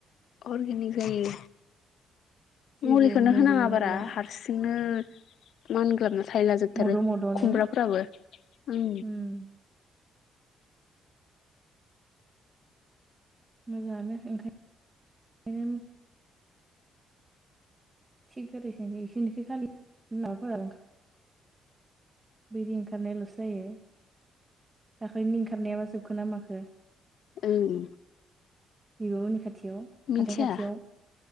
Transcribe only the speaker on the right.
जेबो
मुलि
मुला
मद' मद'नो
उम मोजाङानो ओंखाय नो थिग गोदैसिन जायो <unintelligible> खालि माबाफोराबो इदि ओंखारनायाल'सो जायो दाखैनि ओंखारनायाबा जोबखोन ना माखो।
बिब'मोननि खाथियाव
हाथाय खाथियाव